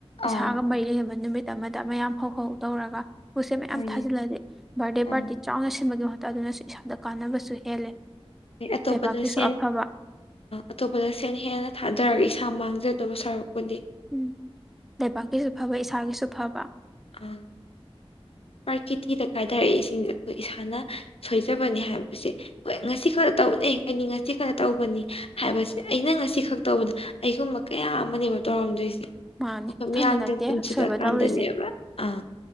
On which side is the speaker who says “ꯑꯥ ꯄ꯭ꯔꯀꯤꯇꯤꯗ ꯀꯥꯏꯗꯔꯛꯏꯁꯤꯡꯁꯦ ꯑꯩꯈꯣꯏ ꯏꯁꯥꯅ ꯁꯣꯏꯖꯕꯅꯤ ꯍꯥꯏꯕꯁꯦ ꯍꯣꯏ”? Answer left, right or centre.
Left